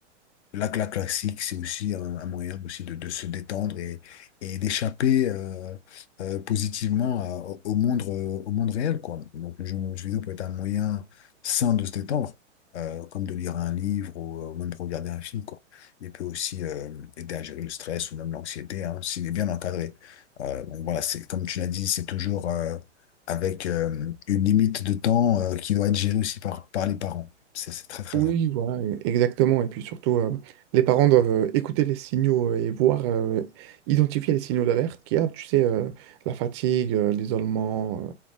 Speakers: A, on the left; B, on the right.
A: la la classique, c'est aussi un, un moyen aussi de, de se détendre et, et d'échapper euh, euh, positivement à- au au monde, euh, au monde réel, quoi. Donc, le jeu, le jeu vidéo peut être un moyen sain de se détendre, euh, comme de lire un livre ou euh, même de regarder un film, quoi. Il peut aussi euh, aider à gérer le stress ou même l'anxiété, hein, s'il est bien encadré. Euh, donc, voilà, c'est comme tu l'as dit, c'est toujours euh, avec euh, une limite de temps euh, qui doit être gérée aussi par, par les parents. C'est c'est très, très
B: Oui,
A: important.
B: voilà, e- exactement. Et puis surtout, euh, les parents doivent euh, écouter les signaux euh, et voir, euh, identifier les signaux d'alerte qu'il y a. Tu sais, euh, la fatigue, euh, l'isolement,